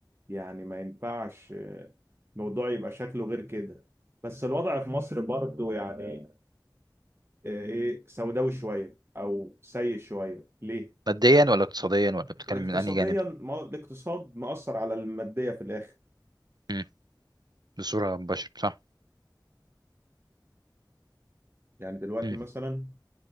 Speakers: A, on the right; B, on the right.
A: يعني ما ينفعش آه، الموضوع يبقى شكله غير كده بس الوضع في مصر برضه يعني آه، ايه سوداوي شويه او سيء شويه ليه
B: ماديا ولا اقتصاديا ولا بتتكلم
A: اقتصاديا
B: من انهي جانب
A: ما هو الاقتصاد مأثر على الماديه في الاخر
B: امم بصوره مباشره صح
A: يعني دلوقتي
B: امم ما
A: مثلا